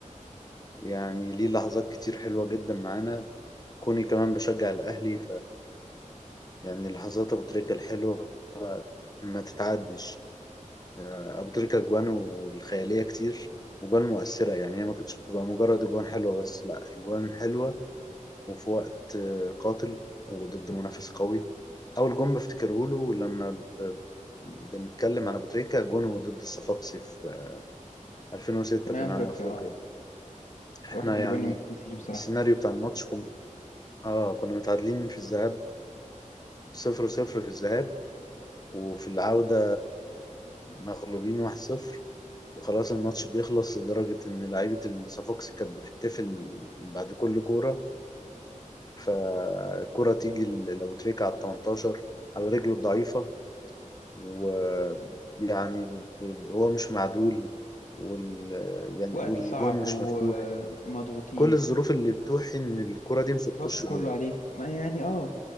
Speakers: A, on the left; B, on the left.
A: فيعني ليه لحظات كتير حلوة جدا معانا كوني كمان بشجع الأهلي فيعني لحظات أبو تريكة الحلوة ما تتعدش آه، أبو تريكة أجوانه الخيالية كتير وأجوان مؤثرة يعني هي ما كانتش بتبقى مجرد أجوان حلوة بس لأ أجوان حلوة وفي وقت آه، قاتل وضد منافس قوي أول جون بفتكره له لما ب- بنتكلم عن أبو تريكة جونه ضد الصفاقسي في 2006
B: في نهاية
A: في نهائي
B: افريقيا
A: افريقيا
B: اه
A: احنا
B: واحد من الاجوان
A: يعني
B: اللي ما تتنسيش بصراحة
A: السيناريو بتاع الماتش كنا اه كنا متعادلين في الذهاب 0-0 في الذهاب وفي العودة مغلوبين 1-0 وخلاص الماتش بيخلص لدرجة إن لعيبة الصفاقسي كانت بتحتفل بعد كل كورة فالكرة تيجي ل- لو تريكة على التمنتاشر على رجله الضعيفة ويعني ب- ب- هو مش معدول وال يعني
B: وقت
A: والجون
B: صعب
A: مش
B: ومضغوطين
A: مفتوح كل الظروف اللي بتوحي ان الكرة دي مش
B: الستوكس
A: هتخش
B: كله
A: جوه
B: عليك ما يعني اه